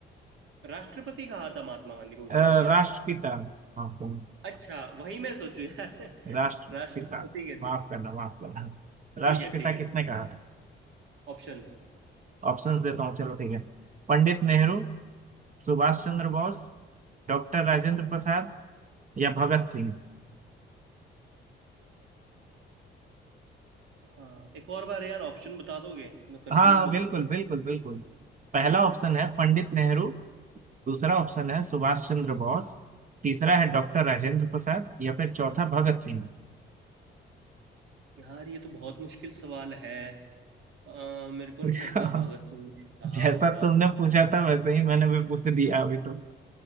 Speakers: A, on the right; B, on the right.
A: राष्ट्रपति कहा था महात्मा गांधी को किसी
B: अ,
A: ने क्या
B: राष्ट्रपिता माफ करना
A: अच्छा वही मैं सोचू यार <laughs>
B: राष्ट्रपिता
A: राष्ट्रपति कैसे
B: माफ करना माफ करना राष्ट्रपिता
A: ठीक है ठीक है
B: किसने कहा था
A: ऑप्शन
B: ऑप्शंस देता हूँ चलो ठीक है पंडित नेहरू सुभाष चंद्र बोस डॉक्टर राजेंद्र प्रसाद या भगत सिंह
A: हाँ एक और बार यार ऑप्शन बता दोगे मैं कंफ्यूज
B: हाँ
A: हो
B: बिल्कुल
A: गया हूँ
B: बिल्कुल बिल्कुल पहला ऑप्शन है पंडित नेहरू दूसरा ऑप्शन है सुभाष चंद्र बोस तीसरा है डॉक्टर राजेंद्र प्रसाद या फिर चौथा भगत सिंह
A: यार ये तो बहुत मुश्किल सवाल है अ, मेरे को नहीं
B: <laughs>
A: लगता भगत सिंह ने कहा
B: जैसा
A: होगा
B: तुमने पूछा था वैसे ही मैंने भी पूछ दिया अभी तो